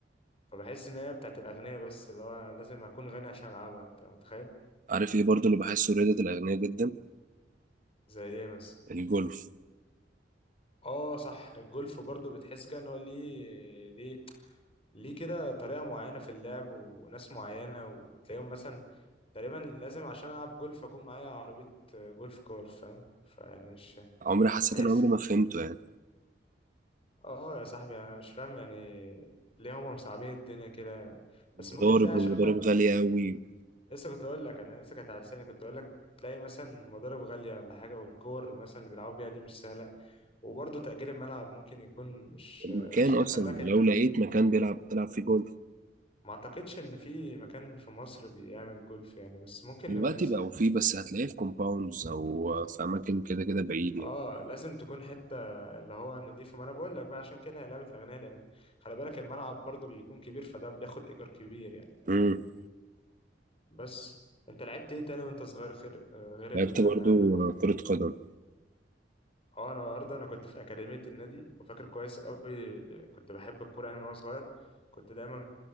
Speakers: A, on the left (about 35°); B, on the right (about 50°).
A: فبحس ان هي بتاعت الأغنياء بس اللي هو لازم اكون غني عشان العبها انت متخيل
B: عارف ايه برضه اللي بحسه رياضه الاغنياء جدا
A: زي ايه مثلا
B: الجولف
A: اه صح الجولف برضو بتحس كده ان هو ليه ليه ليه كده طريقة معينة في اللعب وناس معينة وتلاقيهم مثلا تقريبا لازم عشان ألعب جولف أكون معايا عربية آه، جولف كار فاهم فيعني مش
B: عمري حسيت
A: تحس
B: ان عمري ما فهمته يعني
A: اه يا صاحبي أنا مش فاهم يعني ليه هما مصعبين الدنيا كده بس
B: المضارب
A: ممكن تلاقي عشان
B: والمضارب
A: ما
B: غالية قوي
A: لسه كنت أقول لك أنا لسه كانت على لساني كنت أقول لك تلاقي مثلا مضارب غالية ولا حاجة والكور مثلا اللي بيلعبوا بيها دي مش سهلة وبرضه تأجير الملعب ممكن يكون مش
B: المكان
A: عشان
B: اصلا
A: تخلي بالك
B: لو لقيت مكان بيلعب تلعب فيه جولف
A: ما اعتقدش ان في مكان في مصر بيعمل جولف يعني بس ممكن
B: دلوقتي
A: نبقى نسأل
B: بقوا فيه بس هتلاقيه في كومباوندز او في اماكن كده كده بعيد
A: اه
B: يعني
A: لازم تكون حتة اللي هو نضيفة ما انا بقول لك بقى عشان كده هي لعبة الاغنياء لان خلي بالك الملعب برضو بيكون كبير فده بياخد ايجار كبير يعني فاهم
B: امم
A: بس انت لعبت ايه تاني وانت صغير غير غير الهاند
B: لعبت برضو
A: بول
B: كرة قدم
A: اه انا برضه انا كنت في اكاديمية النادي وفاكر كويس قوي كنت بحب الكورة يعني من وانا صغير كنت دايما